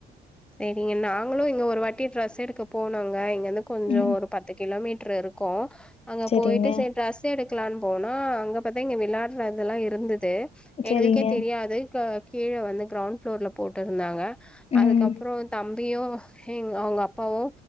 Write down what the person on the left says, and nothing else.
ம்
சரிங்க
சரிங்க.
ம்.